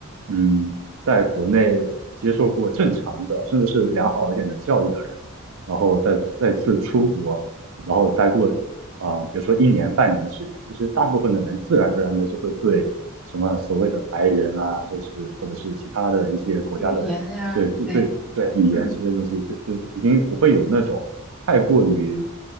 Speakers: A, on the right; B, in the centre.
A: 嗯在国内接受过正常的甚至是良好一点的教育的人，然后再再次出国。然后待过呃，比如说一年半年的时间，其实大部分的人自然而然的就会对什么所谓的白人啊，就是或者是其他的一些国家的人，
B: 语言呀，
A: 对对对对语言这些东西，
B: 对。嗯
A: 就就已经不会有那种太过于